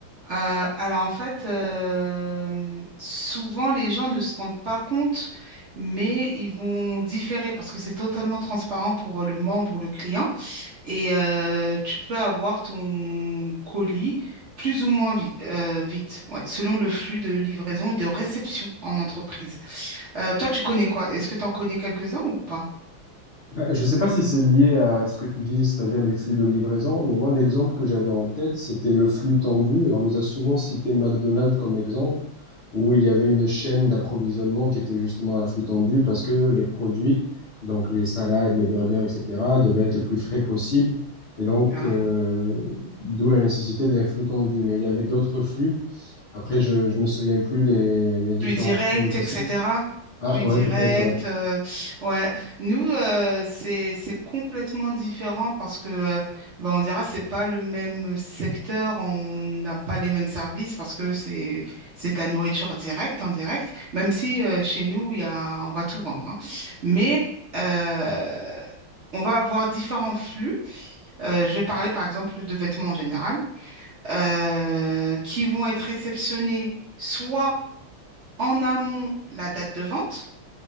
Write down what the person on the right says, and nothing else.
Euh, alors en fait, euh, souvent les gens ne se rendent pas compte, mais ils vont différer parce que c'est totalement transparent pour euh, le membre ou le client et euh, tu peux avoir ton colis plus ou moins vi- euh, vite, ouais, selon le flux de livraison et de réception en entreprise. Euh, toi, tu connais quoi? Est-ce que tu en connais quelques-uns ou pas?
Ah.
plus direct,
etc.
Plus
direct.
euh, ouais. Nous, euh, c'est c'est complètement différent parce que, euh, bah, on dira, c'est pas le même secteur, on n'a pas les mêmes services parce que c'est c'est de la nourriture directe, en direct. Même si euh, chez nous, il y a, on va tout vendre, hein. Mais euh, on va avoir différents flux. Euh, je vais parler par exemple de vêtements en général, euh, qui vont être réceptionnés soit en amont la date de vente,